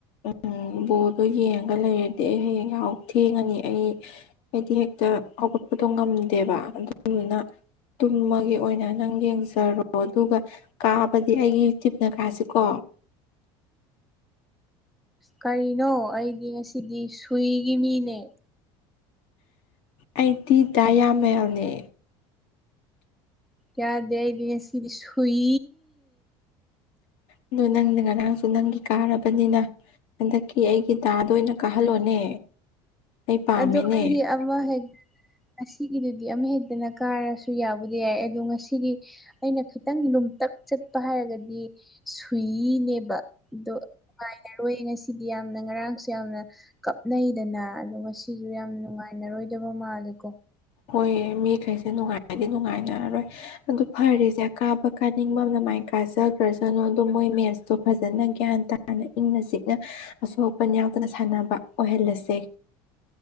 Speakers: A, on the left; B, in the centre.
A: ꯎꯝ ꯕꯣꯜꯗꯣ ꯌꯦꯡꯉꯒ ꯂꯩꯔꯗꯤ ꯑꯩ ꯍꯌꯦꯡ ꯌꯥꯍꯧ ꯊꯦꯡꯉꯅꯤ ꯑꯩ ꯑꯩꯗꯤ ꯍꯦꯛꯇ ꯍꯧꯒꯠꯄꯗꯣ ꯉꯝꯗꯦꯕ ꯑꯗꯨꯗꯨꯅ ꯇꯨꯝꯃꯒꯦ ꯑꯣꯏꯅ ꯅꯪ ꯌꯦꯡꯖꯔꯣ ꯑꯗꯨꯒ ꯀꯥꯕꯗꯤ ꯑꯩꯒꯤ ꯇꯤꯞꯅ ꯀꯥꯥꯁꯤꯀꯣ
B: ꯀꯔꯤꯅꯣ ꯑꯩꯗꯤ ꯉꯁꯤꯗꯤ ꯁꯨꯏꯒꯤ ꯃꯤꯅꯦ
A: ꯑꯩꯗꯤ ꯗꯥ ꯌꯥꯃꯦꯜꯅꯦ
B: ꯌꯥꯗꯦ ꯑꯩꯗꯤ ꯉꯥꯁꯤꯗꯤ ꯁꯨꯏ
A: ꯑꯗꯨ ꯅꯪꯅ ꯉꯔꯥꯡꯁꯨ ꯅꯪꯒꯤ ꯀꯥꯔꯕꯅꯤꯅ ꯍꯟꯗꯛꯀꯤ ꯑꯩꯒꯤ ꯗꯥꯗꯣ ꯑꯣꯏꯅ ꯀꯥꯍꯜꯂꯣꯅꯦ ꯑꯩ ꯄꯥꯝꯃꯦꯅꯦ
B: ꯑꯗꯣ ꯑꯩꯗꯤ ꯑꯃ ꯍꯦꯛ ꯉꯁꯤꯒꯤꯗꯨꯗꯤ ꯑꯃ ꯍꯦꯛꯇꯅ ꯀꯥꯔꯁꯨ ꯌꯥꯕꯨꯗꯤ ꯌꯥꯏ ꯑꯗꯣ ꯉꯁꯤꯒꯤ ꯑꯩꯅ ꯈꯤꯇꯪ ꯂꯨꯝꯇꯛ ꯆꯠꯄ ꯍꯥꯏꯔꯒꯗꯤ ꯁꯨꯏꯅꯦꯕ ꯑꯗꯣ ꯅꯨꯡꯉꯥꯏꯅꯔꯣꯏ ꯉꯁꯤꯗꯤ ꯌꯥꯝꯅ ꯉꯔꯥꯡꯁꯨ ꯌꯥꯝꯅ ꯀꯞꯅꯩꯗꯅ ꯑꯗꯣ ꯉꯁꯤꯖꯨ ꯌꯥꯝ ꯅꯨꯡꯉꯥꯏꯅꯔꯣꯏꯗꯕ ꯃꯥꯜꯂꯦꯀꯣ
A: ꯍꯣꯏ ꯃꯤꯈꯩꯁꯦ ꯅꯨꯡꯉꯥꯏꯗꯤ ꯅꯨꯡꯉꯥꯏꯅꯔꯔꯣꯏ ꯑꯗꯨ ꯐꯔꯦꯁꯦ ꯀꯥꯕ ꯀꯥꯅꯤꯡꯕꯝꯅ ꯃꯥꯏꯟ ꯀꯥꯖꯒ꯭ꯔꯖꯅꯣ ꯑꯗꯣ ꯃꯣꯏ ꯃꯦꯠꯁꯇꯣ ꯐꯖꯅ ꯒ꯭ꯌꯥꯟ ꯇꯥ ꯍꯥꯟꯅ ꯏꯪꯅ ꯆꯤꯛꯅ ꯑꯁꯣꯛ ꯑꯄꯟ ꯌꯥꯎꯗꯅ ꯁꯥꯟꯅꯕ ꯑꯣꯏꯍꯜꯂꯁꯦ